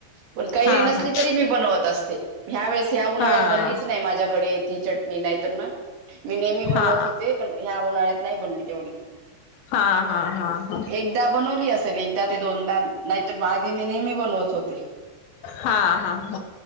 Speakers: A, on the right (about 65°); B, on the left (about 80°).
A: पण कैरी
B: हा
A: नसली तरी मी, बनवत असते. ह्या वेळेस, ह्या उन्हाळ्यात
B: हा.
A: बनलीच नई माझ्याकडे ती चटणी, नाहीतर ना मी नेहमी बनवत
B: हा
A: होते, पण ह्या उन्हाळ्यात नई बनली तेवढी.
B: हाहा, हाहा.
A: एकदा बनवली असेल एकदा ते दोनदान, नाई तर आधी मी नेहमी बनवत होते.
B: हा हा हा हा